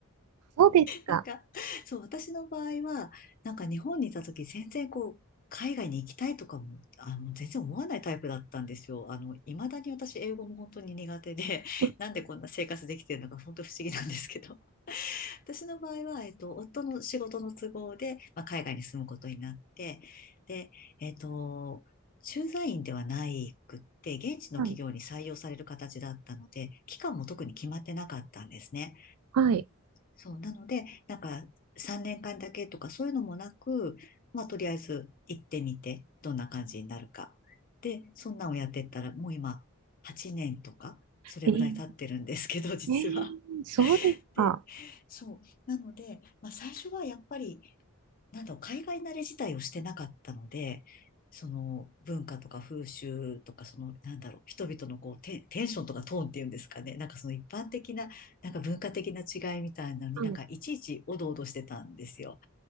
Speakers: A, on the right; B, on the left.
A: そうですか。
B: なんか、そう、私の場合は、なんか日本にいた時全然こう、海外に行きたいとかも、あの、全然思わないタイプだったんですよ。あの、未だに私英語も本当に苦手で、
A: うん
B: なんでこんな生活できてるのか本当不思議なんですけど。私の場合は、えっと、夫の仕事の都合で、まあ、海外に住むことになって、で、えっと、駐在員ではないくって、現地の企業に採用される形だったので、
A: はい。
B: 期間も特に決まってなかったんですね。
A: はい。
B: そう、なので、なんか、3年間だけとかそういうのもなく、まあ、とりあえず行ってみて、どんな感じになるか。で、そんなんをやってったら、もう今、8年とか、それぐらい経ってるんですけど、
A: えー、
B: 実は。
A: えーそうですか。
B: で、そう。なので、まあ最初はやっぱり、なんだろう、海外慣れ自体をしてなかったので、その文化とか風習とか、その、なんだろう、人々のこうテン、テンションとかトーンっていうんですかね。なんかその一般的な、なんか文化的な違いみたいなのになんかいちいちおどおどしてたんですよ。
A: はい。